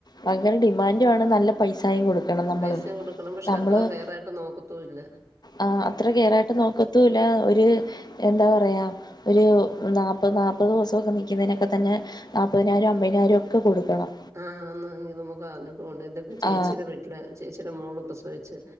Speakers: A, on the left; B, on the right.
A: ഭയങ്കര ഡിമാൻഡും ആണ് നല്ല പൈസായും കൊടുക്കണം നമ്മള്
B: പൈസ പൈസേം കൊടുക്കണം പക്ഷെ
A: നമ്മള്
B: അത്ര കെയറായിട്ട് നോക്കത്തൂല്ല.
A: ആ അത്ര കെയറായിട്ട് നോക്കത്തൂല്ല ഒരു എന്താ പറയാ ഒരു
B: ഉം
A: നാ ഇപ്പ നാപ്പത് ദെവസൊക്കെ നിക്കുന്നേനക്ക തന്നെ നാപ്പതിനായിരം അമ്പയിനായിരം ഒക്ക കൊടുക്കണം.
B: ആഹ് അന്ന് നമുക്ക് അനുഭവണ്ട് എന്റെത് ചേച്ചിടെ
A: ആ
B: വീട്ടില് ചേച്ചീടെ മോള് പ്രസവിച്ച്.